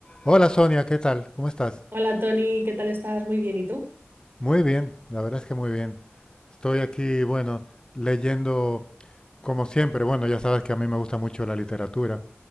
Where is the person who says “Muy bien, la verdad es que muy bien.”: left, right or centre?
Left